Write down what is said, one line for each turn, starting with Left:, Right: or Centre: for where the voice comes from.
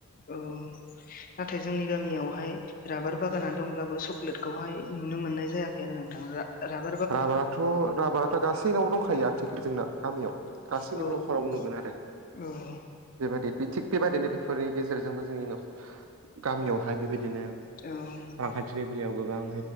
Left: औ नाथाय जोंनि गामियावहाय राबार बागाना दंब्लाबो सक्लेटखौहाय नुनो मोननाय जायाखै आरो नोंथां रार
Right: राभाराथ' राभाराथ' दा सोबनावबो दंखायो आथिख जोंना गामियाव गासैनिबो
Left: औ
Right: न'खरावबो नुगोन आरो।
Left: औ।
Right: बेबायदि बि थिग बेबायदिनो बेफोरनि गेजेर जोंबो जोंनि न' गामियावहाय बेबायदिनो
Left: औ
Right: रांखान्थिनि बेलायाव गोबां आं